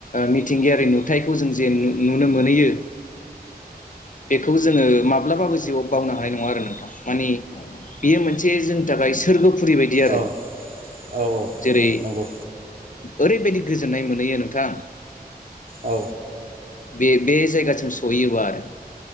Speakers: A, on the left; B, on the right.
A: मिथिंगायारि नुथायखौ जों नुनो मोनहैयो बेखौबो जोङो माबा माब्लाबाबो जिउआव बावनो हानाय नङा आरो नोंथां माने बेयो मोनसे जोंनि थाखाय सोरगोफुरि बायदि आरो
B: औ औ औ
A: जेरै
B: नंगौ
A: ओरैबायदि गोजोननाय मोनहैयो नोंथां
B: औ
A: बे बे जायगासिम सहैयोबा आरो <inaudible>